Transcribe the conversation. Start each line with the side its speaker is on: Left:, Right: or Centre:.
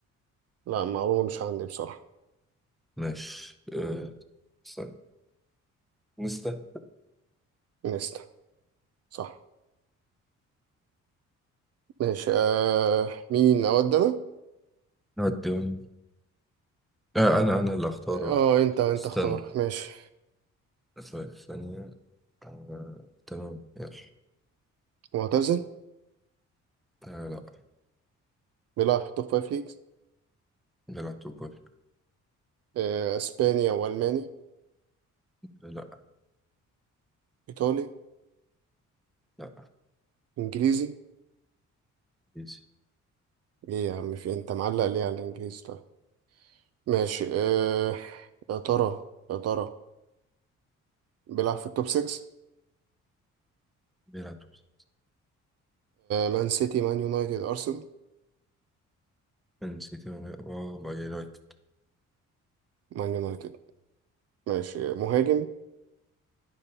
Right: لا معلومة مش عندي بصراحة
Centre: ماشي أه، استنى نستا
Right: نيستا صح ماشي آه مين أود أنا؟
Centre: نوديهم أه أنا أنا اللي أختار أهو.
Right: اه انت انت
Centre: استنى
Right: اختار ماشي
Centre: ثواني ثانية أه تمام يلا
Right: معتزل
Centre: أه لا
Right: بيلعب في توب فايف ليجز
Centre: بيلعب توبول
Right: آه، اسبانيا والماني
Centre: لا
Right: ايطالي
Centre: لا
Right: انجليزي
Centre: إيزي
Right: ايه يا عم في إيه؟ انت معلق ليه على الانجليزي طيب ماشي آه، يا ترى يا ترى بيلعب في التوب 6
Centre: بيلعب توبول
Right: مان سيتي مان يونايتد ارسنال
Centre: مان سيتي ولا- أه بقى يونايتد
Right: مان يونايتد ماشي مهاجم